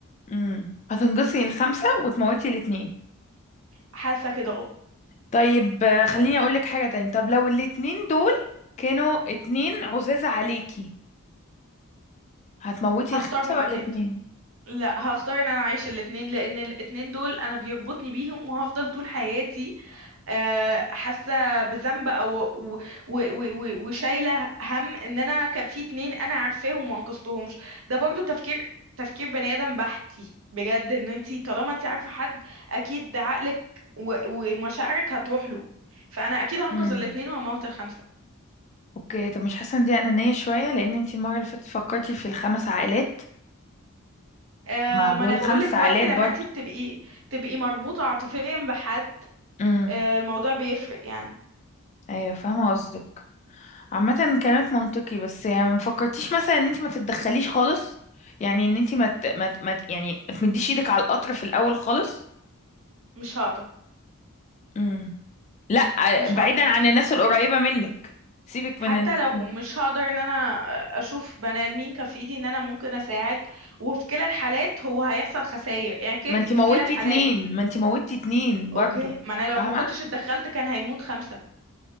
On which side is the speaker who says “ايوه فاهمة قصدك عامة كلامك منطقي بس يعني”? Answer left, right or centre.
Left